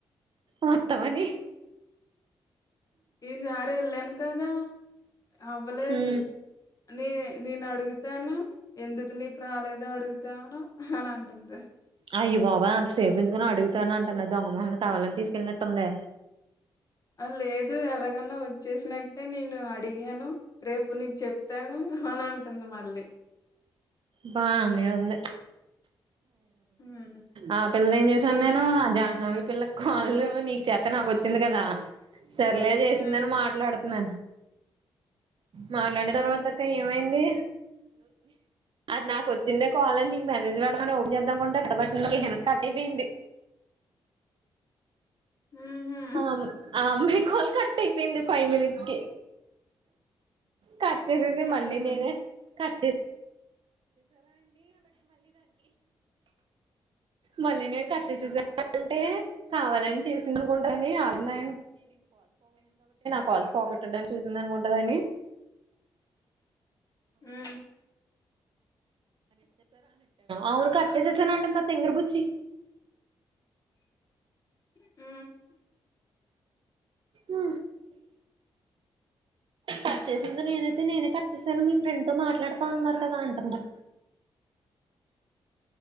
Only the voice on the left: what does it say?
ఈ సారి ఎళ్ళాను కదా అవ్వలేదు
నీ నేనడుగు తాను ఎందుకు నీకు రాలేదు అడుగుతాను అనంటుంది
ఆ లేదు అలాగన్నా వచ్చేసినట్టు నేను అడిగాను రేపు నీకు చెప్తాను అనంటుంది మళ్ళీ
హ్మ్.
ఇంట్
హ్మ్.
హ్మ్.
ఊహు
హుహు.
మ్మ్
ఊ
<inaudible>